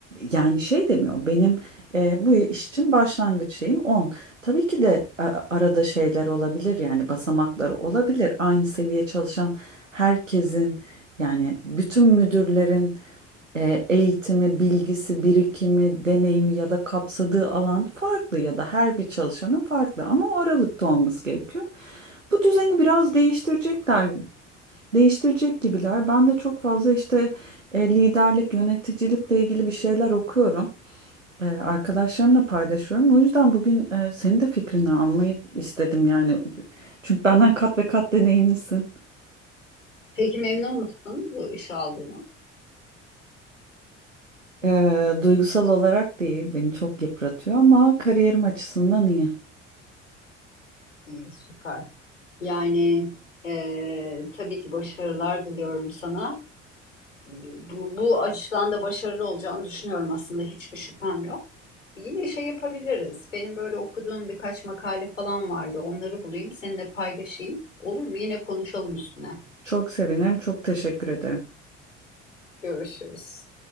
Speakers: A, on the right; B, on the left.
A: Yani şey demiyor benim e, bu iş için başlangıç şeyim 10. Tabii ki de e, arada şeyler olabilir yani basamaklar olabilir. Aynı seviye çalışan herkesin yani bütün müdürlerin e, eğitimi, bilgisi, birikimi, deneyimi ya da kapsadığı alan farklı ya da her bir çalışanın farklı ama o aralıkta olması gerekiyor. Bu düzeni biraz değiştirecekler, değiştirecek gibiler. Ben de çok fazla işte e, liderlik, yöneticilikle ilgili bir şeyler okuyorum. E, arkadaşlarımla paylaşıyorum. O yüzden bugün e, senin de fikrini almayı istedim yani. Çünkü benden kat ve kat deneyimlisin.
B: Peki memnun musun bu işe aldığına?
A: E, duygusal olarak değil, beni çok yıpratıyor ama kariyerim açısından iyi.
B: İyi, süper. Yani eee, tabii ki başarılar diliyorum sana. Bu, bu açıdan da başarılı olacağını düşünüyorum aslında hiçbir şüphem yok. Yine şey yapabiliriz. Benim böyle okuduğum birkaç makale falan vardı. Onları bulayım, seninle paylaşayım. Olur mu? Yine konuşalım üstüne.
A: Çok sevinirim. Çok teşekkür ederim.
B: Görüşürüz.